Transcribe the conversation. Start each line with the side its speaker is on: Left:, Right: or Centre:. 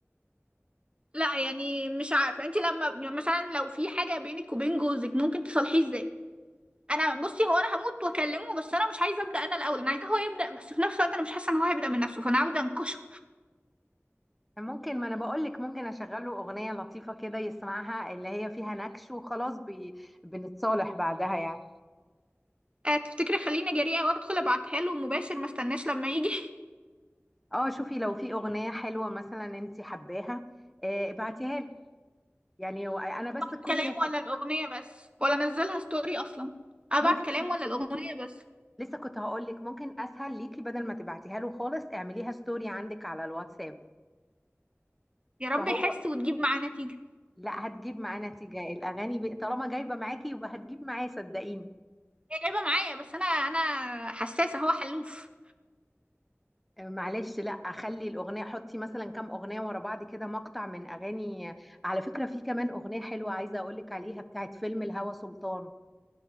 Right: لا يعني مش عارفه انت لما يعني مثلا لو في حاجه بينك وبين جوزك ممكن تصلحيه ازاي انا بصي هو انا هموت واكلمه بس انا مش عايزه ابدا انا الاول انا عايزاه هو يبدا بس في نفس الوقت انا مش حاسه ان هو هيبدا من نفسه فانا عاوزه انكشه
Centre: ممكن ما انا بقول لك ممكن اشغل له اغنية لطيفة كده يسمعها اللي هي فيها نكش وخلاص بي... بنتصالح بعدها يعني
Right: أه تفتكري خليني جريئه وادخل ابعتها له مباشر ما استناش لما يجي
Centre: اه شوفي لو في اغنيه حلوه مثلا انت حباها آه، ابعتيها لي يعني هو- انا بس
Right: <laughs>
Centre: كل
Right: كلام
Centre: الحكايه
Right: ولا الاغنيه بس ولا انزلها ستوري اصلا ابعت
Centre: ممكن
Right: كلام
Centre: ت-
Right: ولا الاغنيه بس
Centre: لسه كنت هقول لك ممكن اسهل ليكي بدل ما تبعتيها له خالص اعمليها ستوري عندك على الواتساب
Right: يا رب
Centre: فهو
Right: يحس وتجيب معاه نتيجه
Centre: لا هتجيب معاه نتيجه الاغاني ب- طالما جايبه معاكي يبقى هتجيب معاه صدقيني
Right: هي جايبه معايا بس انا انا حساسه هو حلوف
Centre: آه، معلش لا خلي الاغنيه حطي مثلا كام اغنيه ورا بعض كده مقطع من اغاني على فكره في كمان اغنيه حلوه عايزه اقول لك عليها بتاعت فيلم الهوى سلطان